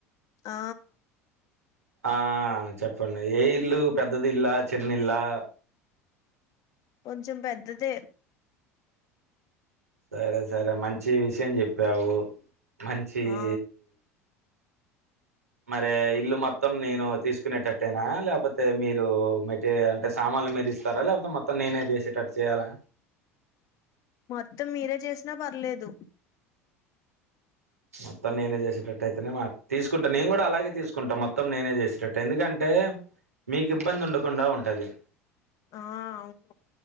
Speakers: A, on the left; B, on the right.
A: ఆ
B: ఆ చెప్పండి ఏ ఇల్లు పెద్దది ఇల్లా చిన్న ఇల్లా
A: కొంచెం పెద్దదే
B: సరే సరే మంచి విషయం జెప్పావు మంచిది
A: ఆ
B: మరే ఇల్లు మొత్తం నేను తీసుకునేటట్టేనా లేపోతే మీరు మటి అంటే సామాన్ <unintelligible> మీరు ఇస్తారా లేకపోతే మొత్తం నేనే చేసేటట్టు చేయాలా
A: మొత్తం మీరే చేసినా పర్లేదు
B: మొత్తం నేనే చేసేటట్టు అయితేనే మా తీసుకుంటా నేను కూడా అలాగే తీసుకుంటా మొత్తం నేనే చేసేటట్టు ఎందుకంటే అే మీకు ఇబ్బంది ఉండకుండా ఉంటది
A: ఆ అవును